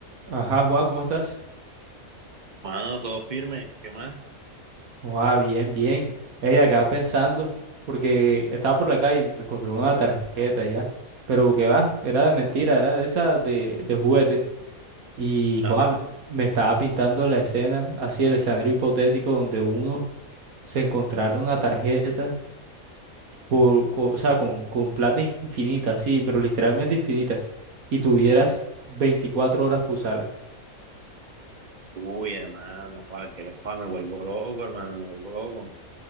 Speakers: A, on the right; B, on the right.
A: Ajá, Juan, ¿cómo estás?
B: Mano, todo firme, ¿qué más?
A: Ah, bien, bien. Ey, acá pensando, porque estaba por la calle y me encontré una tarjeta ya. Pero que va, era de mentira, era de esa de, de juguete. Y
B: Ajá.
A: Juan me estaba pintando la escena, así el escenario hipotético donde uno se encontrara una tarjeta, por, co- o sea, con, con plata infinita, sí, pero literalmente infinita, y tuvieras 24 horas para usarla.
B: Uy, hermano, joder, que joder, me vuelvo loco, hermano, me vuelvo loco.